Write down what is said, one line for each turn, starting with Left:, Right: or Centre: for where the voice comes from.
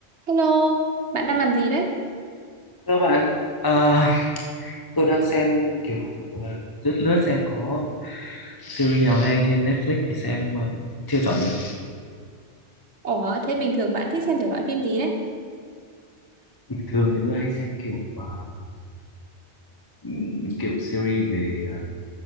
Right: Hello, bạn đang làm gì đấy?
Left: Thưa bạn, à, tôi đang xem kiểu à, lướt lướt xem có series nào hay trên Netflix thì xem nhưng mà vẫn chưa chọn được.
Right: Ủa, thế bình thường bạn thích xem thể loại phim gì đấy?
Left: Bình thường thì tôi hay xem kiểu à, ừm, kiểu series về à,